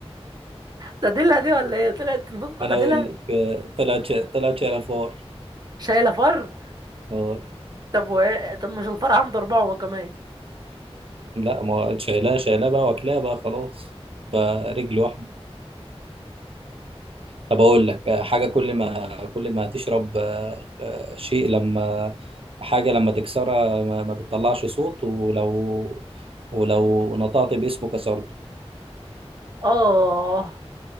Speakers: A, on the right; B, on the right.
A: ده ديلها دي ولا ايه طلعت نقطة
B: انا
A: غديلها
B: اقول لك آه، طلعت شا- طلعت شايله فار
A: شايلة فر
B: اه
A: طب و... طب مش الفر عنده أربعة هو كمان
B: لا ما هو شايلاه شايلاه بقى واكلاه بقى خلاص بقى رجل واحده طب اقول لك آه، حاجه كل ما كل ما تشرب آه، آه، شيء لما حاجه لما تكسرها ما, ما بتطلعش صوت ولو ولو نطقت باسمه كسرته
A: اه